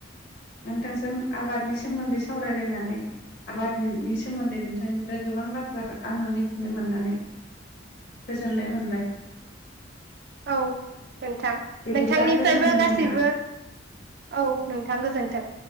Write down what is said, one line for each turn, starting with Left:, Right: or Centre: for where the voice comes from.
Left: नोंथांजों आबादनि सोमोन्दै सावरायलायनानै आबादनि सोमोन्दै नोंथांनिफ्राय गोबां बाथ्रा आङो मिथिनो मोननानै गोजोननाय मोनबाय।
Right: औ नोंथां
Left: बिदिब्ला
Right: नोंथांनिफ्रायबो
Left: गोजोन्थों
Right: गासैबो
Left: नोंथां।
Right: औ नों थां गोजोन्थों।